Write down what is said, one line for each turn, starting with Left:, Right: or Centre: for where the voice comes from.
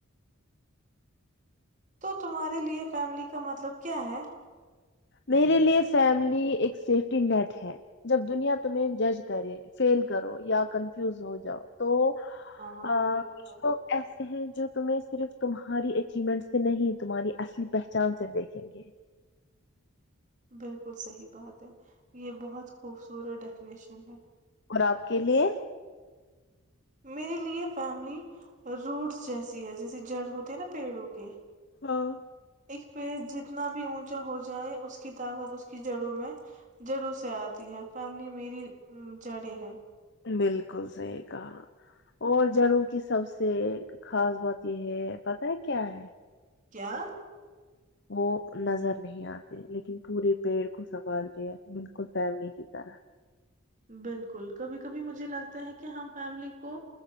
Right: تو تمہارے لیے فیملی کا مطلب کیا ہے؟
Left: میرے لیے فیملی ایک سیفٹی نیٹ ہے جب دنیا تمہیں جج کرے فیل کرو یا کنفیوز ہو جاؤ تو ا
Right: ہاں بالکل
Left: ک تو ایسے ہیں جو تمہیں صرف تمہاری اچیومنٹ سے نہیں تمہاری اصلی پہچان سے دیکھیں گے
Right: بالکل صحی بات ہے یہ بہت خوبصورت ڈیفینیشن ہے
Left: اور آپ کے لیے
Right: میرے لیے فیملی روٹس جیسی ہے جیسے جڑ ہوتی ہے نا پیڑوں کے
Left: ہاں
Right: ایک پیڑ جتنا بھی بھی اونچا ہو جائے اس کی طاقت اس کی جڑوں میں جڑوں سے آتی ہے فیملی میری جڑیں ہے
Left: بالکل صحیح کہا اور جڑوں کی سب سے خاص بات یہ ہے پتا ہے کیا ہے
Right: کیا
Left: وہ نظر نہیں آتا لیکن پورے پیڑ کو سنبھال د بالکل فیملی کی طرح
Right: بالکل کبھی کبھی مجھے لگتا ہے کہ ہم فیملی کو